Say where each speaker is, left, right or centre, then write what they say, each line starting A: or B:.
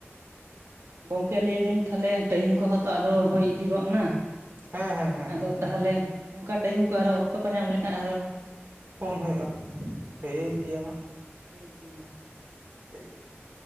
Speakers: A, on the right; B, on the right.
A: ᱜᱚᱝᱠᱮ ᱞᱟᱹᱭᱫᱟᱹᱧ ᱛᱟᱦᱞᱮ, ᱴᱟᱭᱤᱢ ᱠᱚᱼᱦᱚᱸ ᱛᱚ ᱟᱫᱚ ᱦᱩᱭ ᱤᱫᱤ ᱜᱚᱫ ᱮᱱᱟ᱾
B: ᱦᱮᱸ ᱦᱮᱸ ᱦᱮᱸ
A: ᱟᱫᱚ
B: ᱦᱮᱸ ᱦᱮᱸ
A: ᱛᱟᱦᱞᱮ ᱚᱱᱝᱠᱟ ᱴᱟᱭᱤᱢ ᱠᱚ, ᱟᱨ ᱦᱚᱸ ᱚᱠᱛᱚ ᱠᱚ ᱧᱟᱢ ᱞᱮᱠᱷᱟᱱ ᱟᱨ ᱦᱚᱸ
B: ᱯᱷᱳᱱ ᱦᱩᱭᱩᱜᱼᱟ᱾ ᱴᱷᱤᱠ ᱜᱮᱭᱟ ᱦᱟᱜ
A: ᱴᱷᱤᱠ ᱜᱮᱭᱟ ᱢᱟ᱾
B: ᱠᱟᱹ ᱜᱮ <unintelligible>